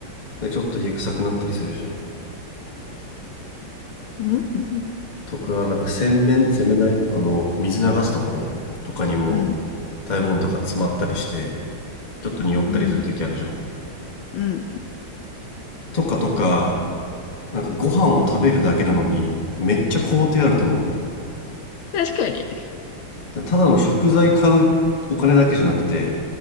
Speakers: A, on the left; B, on the left.
A: で、ちょっと家臭くなったりするじゃん。
B: うん。うん。
A: とかなんか洗面洗面台あの水流すところとかにも
B: うん
A: 食べ物とか詰まったりしてちょっと匂ったりする時あるじゃん
B: うんうん
A: とかとかなんかご飯を食べるだけなのにめっちゃ工程あると思うのよ
B: 確かに
A: だからただの食材買うお金だけじゃなくて